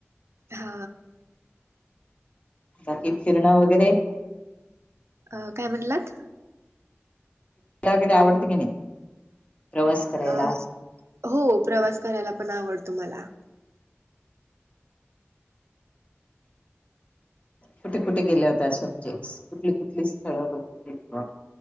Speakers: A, on the right; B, on the left.
A: हा
B: बाकी फिरणं वगैरे
A: अ काय म्हणलात
B: त वगैर आवडतं की नाही प्रवास करायला
A: अ हो प्रवास करायला पण आवडतो मला
B: कुठे कुठे गेल्या होत असं म्हणजे कुठली कुठली स्थळ ब क